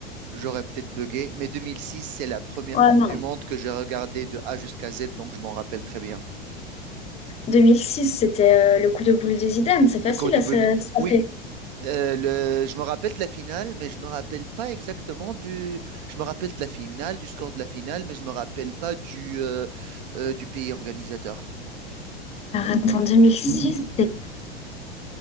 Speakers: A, on the right; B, on the left.
A: j'aurais peut-être bugué, mais 2006, c'est la première
B: Ouais,
A: Coupe
B: non.
A: du Monde que j'ai regardée de A jusqu'à Z, donc je m'en rappelle très bien.
B: 2006, c'était euh, le coup de boule de Zidane. C'est facile
A: De quoi double
B: à se, se rappeler.
A: Oui, euh, le- je me rappelle de la finale, mais je me rappelle pas exactement du. Je me rappelle de la finale, du score de la finale, mais je me rappelle pas du, euh, euh, du pays organisateur.
B: Alors attends, 2006, c'était...